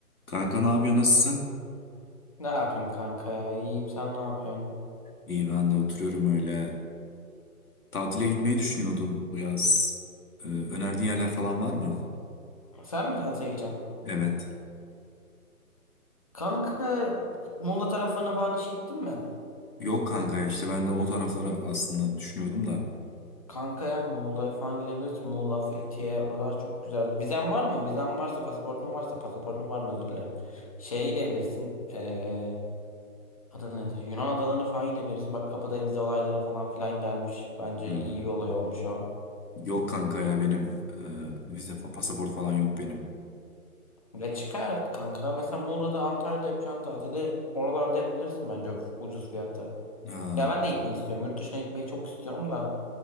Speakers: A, on the left; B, on the left.
A: Kanka ne yapıyor nasılsın?
B: Ne yapayım kanka ya? İyiyim sen ne yapıyorsun?
A: İyi ben de oturuyorum öyle. Tatile gitmeyi düşünüyordum bu yaz. Ee, önerdiğin yerler falan var mı?
B: Sen mi tatile gideceksin?
A: Evet.
B: Kanka Muğla taraflarına falan hiç gittin mi?
A: Yok kanka ya işte ben de o tarafları aslında düşünüyordum da.
B: Kanka yani Muğla'ya falan gidebilirsin. Muğla, Fethiye oralar çok güzel. Vizen var mı? Vizen varsa pasaportun varsa pasaportun var mı özür dilerim. Şeye gidebilirsin. Ee, adı nedir? Yunan adalarına falan gidebilirsin. Bak kapıda vize olayları falan filan gelmiş. Bence
A: Hmm.
B: iyi bir olay olmuş o.
A: Yok kanka ya benim e, vize fa- pasaport falan yok benim.
B: ve çıkar kanka. Mesela Muğla'da Antalya'da yapacağın tatili oralarda yapabilirsin bence ucuz fiyata.
A: Ha,
B: Ya ben de gitmek istiyorum. Yurt dışına gitmeyi çok istiyorum da